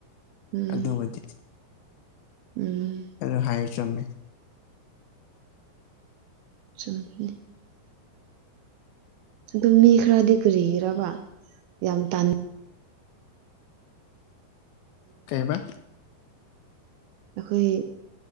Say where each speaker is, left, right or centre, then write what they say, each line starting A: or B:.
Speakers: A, on the right (about 75°); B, on the left (about 80°).
A: ꯎꯝ
B: ꯑꯗꯨꯕꯨꯗꯤ
A: ꯎꯝ
B: ꯑꯗꯨ ꯍꯥꯏ ꯆꯨꯝꯃꯦ
A: ꯆꯨꯝꯕꯅꯦ ꯑꯗꯨ ꯃꯤ ꯈꯔꯗꯤ ꯀꯔꯤꯒꯤꯔꯕ ꯌꯥꯝ ꯇꯟ
B: ꯀꯩꯕꯥ
A: ꯑꯩꯈꯣꯏ